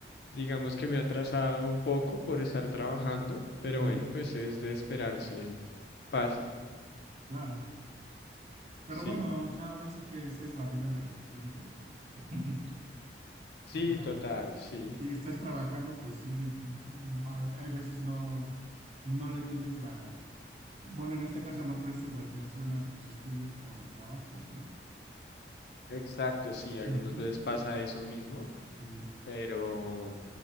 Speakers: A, on the left; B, on the right.
A: Digamos que me ha atrasado un poco por estar trabajando, pero
B: Ujú,
A: bueno, pues es de esperarse. Pasa,
B: claro. Pero
A: sí.
B: bueno, o sea, ahora sí que esa es la vida del estudiante, ¿no? <laughs>
A: Sí,
B: O sea,
A: total, sí.
B: si estás trabajando, pues sí, mm, hay, hay veces no, no le tienes la, bueno, en este caso no prestas la atención a tus estudios por el trabajo, ¿no?
A: Exacto, sí. Algunas
B: Ujú,
A: veces pasa eso mismo.
B: sí.
A: Pero,